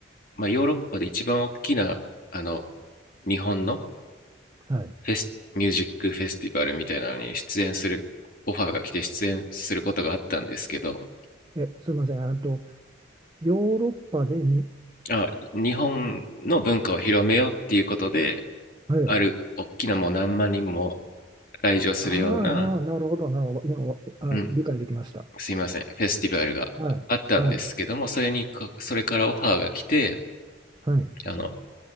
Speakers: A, on the left (about 45°); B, on the right (about 20°).
A: まあ、ヨーロッパで一番大きなあの日本の
B: はい
A: フェスミュージックフェスティバルみたいなのに出演するオファーが来て出演することがあったんですけど
B: えすいませんあとヨーロッパでに、
A: あ、日本の文化を広めようっていうことで、
B: ええ
A: ある大きなもう何万人も来場するような、
B: ああなるほどなるほど今あ理解できました。
A: うん、すいません、フェスティバルがあったんですけども、
B: はいはい
A: それにこそれからオファーが来て、
B: はい
A: あの、